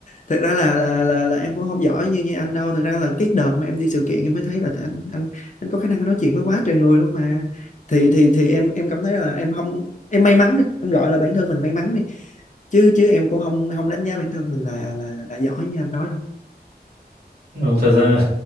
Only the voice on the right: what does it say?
Ừ, thật ra